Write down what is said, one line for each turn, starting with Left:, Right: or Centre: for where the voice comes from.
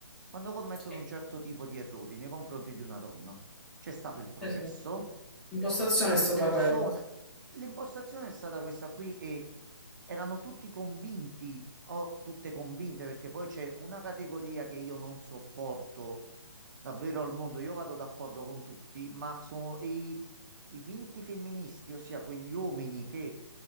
Right: quando commettono
Centre: Sì,
Right: un certo tipo di errori nei confronti di una donna. C'è stato il processo,
Centre: esatto. L'impostazione è
Right: queste
Centre: stata
Right: persone,
Centre: quella.
Right: l'impostazione è stata questa qui e erano tutti convinti o tutte convinte perché poi c'è una categoria che io non sopporto davvero al mondo. Io vado d'accordo con tutti, ma sono i, i finti femministi, ossia quegli uomini che